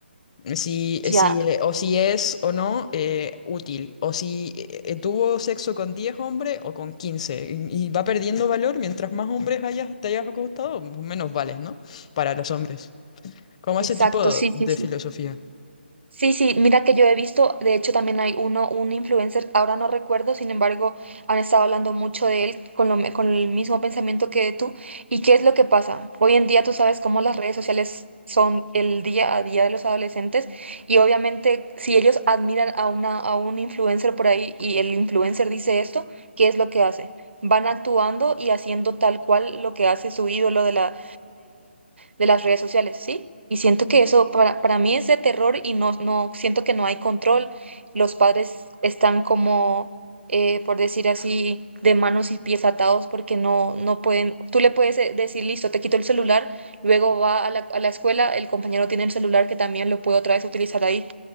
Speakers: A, on the left (about 35°); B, on the right (about 80°).
A: Si,
B: ya,
A: si, eh, o si es o no eh, útil, o si eh, eh, tuvo sexo con 10 hombres o con 15 y, y va perdiendo valor mientras más hombres hayas, te hayas acostado, menos vales, ¿no? Para los hombres. Como
B: exacto,
A: ese tipo
B: sí,
A: de
B: sí, sí.
A: filosofía.
B: Sí, sí, mira que yo he visto, de hecho también hay uno, un influencer, ahora no recuerdo, sin embargo, han estado hablando mucho de él con, lo, con el mismo pensamiento que tú. ¿Y qué es lo que pasa? Hoy en día tú sabes cómo las redes sociales son el día a día de los adolescentes y obviamente si ellos admiran a, una, a un influencer por ahí y el influencer dice esto, ¿qué es lo que hacen? Van actuando y haciendo tal cual lo que hace su ídolo de la, de las redes sociales, ¿sí? Y siento que eso para, para mí es de terror y no, no siento que no hay control. Los padres están como, eh, por decir así, de manos y pies atados porque no, no pueden, tú le puedes eh, decir, listo, te quito el celular, luego va a la, a la escuela, el compañero tiene el celular que también lo puede otra vez utilizar ahí.